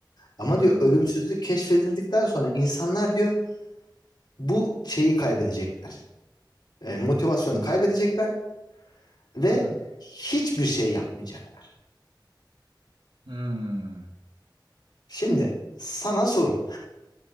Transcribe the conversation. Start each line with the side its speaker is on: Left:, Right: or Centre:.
Left: Ama
Right: Aynen
Left: diyor ölümsüzlük
Right: öyle.
Left: keşfedildikten sonra insanlar diyor bu şeyi kaybedecekler. E, motivasyonu kaybedecekler ve
Right: Hı hı.
Left: hiçbir şey yapmayacaklar.
Right: Hmm.
Left: Şimdi sana sorum.